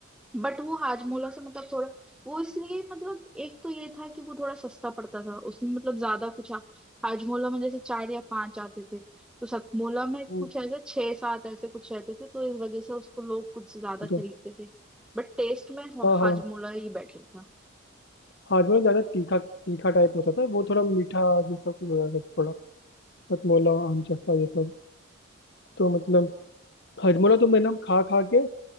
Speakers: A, in the centre; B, on the left (about 55°).
A: बट वो हाजमोला से मतलब थोड़ा वो इसलिए मतलब एक तो ये था कि वो थोड़ा सस्ता पड़ता था उसमें मतलब ज्यादा कुछ आ- हाजमोला में जैसे चार या पांच आते थे तो सतमोला में
B: हम्म,
A: कुछ ऐसे छह सात ऐसे कुछ रहते थे तो इस वजह से उसको लोग कुछ ज्यादा खरीदते
B: तो
A: थे बट टेस्ट में हा-
B: हाँ
A: हाजमोला
B: हाँ
A: ही बेटर था
B: हाजमा ज्यादा तीखा तीखा टाइप होता था वो थोड़ा मीठा जैसा कुछ हो जाता था हथमोला आम चस्का ये सब तो मतलब हथमोला तुम है ना खा खा के